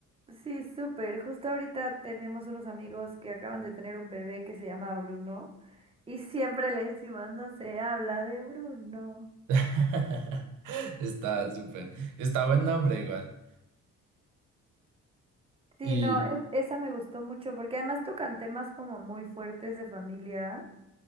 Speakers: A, on the right; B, on the right.
A: Sí, súper. Justo ahorita tenemos unos amigos que acaban de tener un bebé que se llama Bruno y siempre le decimos, no se habla de Bruno.
B: <laughs> Está súper, está buen nombre igual.
A: Sí,
B: Y
A: no, e- esa me gustó mucho porque además tocan temas como muy fuertes de familia.